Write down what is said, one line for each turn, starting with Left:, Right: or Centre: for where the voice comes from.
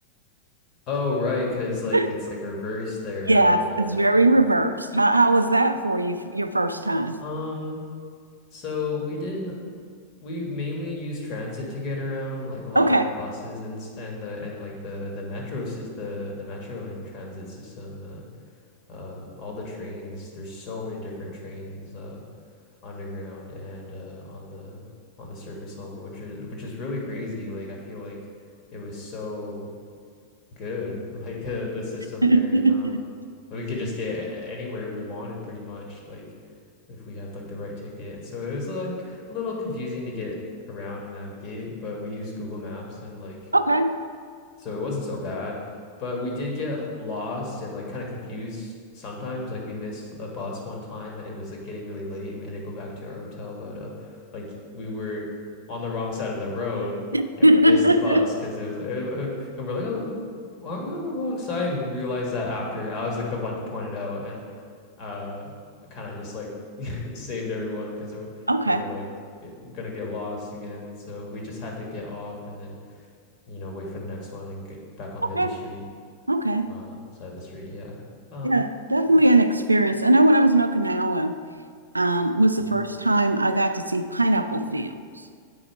Left: Oh, right, 'cause like
Right: <laughs>
Left: it's like reversed there,
Right: Yes,
Left: right? Yeah.
Right: it's very reversed. How, how was that for you, f- your first time?
Left: Um, so we didn't we mainly use transit to get around, like a lot
Right: Okay.
Left: of buses and s- and the and like the the metro sys the the metro and transit system uh, Um, all the trains, there's so many different trains uh, underground and uh, on the on the surface level, which is which is really crazy. Like I feel like it was so good, <laughs> like the the system
Right: <laughs>
Left: there. Um, we could just get a- anywhere we wanted pretty much, like if we had like the right ticket. So it was like a little confusing to get around and navigate, but we used Google Maps and like
Right: Okay.
Left: so it wasn't so bad. But we did get lost and like kind of confused sometimes. Like we missed a bus one time and it was like getting really late and we had to go back to our hotel. But uh, like we were on the wrong side of the road
Right: <laughs>
Left: and we missed the bus because it was, uh, uh, and we're like, oh, aren't we on the wrong side? And we realized that after I was like the one to point it out and uh, kind of just like <laughs> saved everyone because we
Right: Okay.
Left: were like gonna get lost again. So we just had to get off and then you know, wait for the next one and get back on
Right: Okay.
Left: the other street,
Right: Okay.
Left: uh, side of the street. Yeah. Um,
Right: Yeah, definitely an experience. I know when I was in Okinawa, um, was
Left: mhm.
Right: the first time I got to see pineapple fields.